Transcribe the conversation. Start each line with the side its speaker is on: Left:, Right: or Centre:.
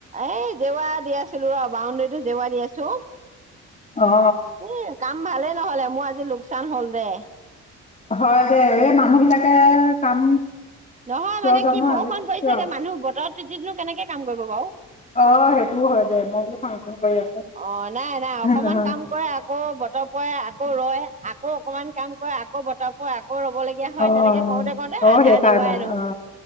Right: এই জেৱা। দি আছিলো ৰ' বাউণ্ডাৰীতো জেৱা দি আছো।
Left: অ অ
Right: এ কাম ভালেই নহ'লে মোৰ আজি লোকচান হ'ল দে।
Left: হয় দে এই মানুহ বিলাকে কাম।
Right: নহয়
Left: কিয়
Right: মানে
Left: জানো
Right: কি বৰষুণ
Left: আজি
Right: পৰি
Left: কিয়
Right: থাকে মানুহ বতৰত। তিতি নো কেনেকে কাম কৰিব বাৰু।
Left: অ সেইটোও হয় দে মই বোলো ফাংচন কৰি আছে
Right: অ' নাই -নাই অকমান
Left: নহয়
Right: কাম কৰে আকৌ বতৰ পৰে আকৌ ৰয়। আকৌ অকমান কাম কৰে আকৌ বতৰ পৰে আকৌ, আকৌ ৰ'ব লগীয়া হয়
Left: অ
Right: তেনেকে কৰোতে কৰোতে
Left: অ
Right: আধাৰ।
Left: সেইকাৰণে
Right: জেওৱাই নহ'ল
Left: অ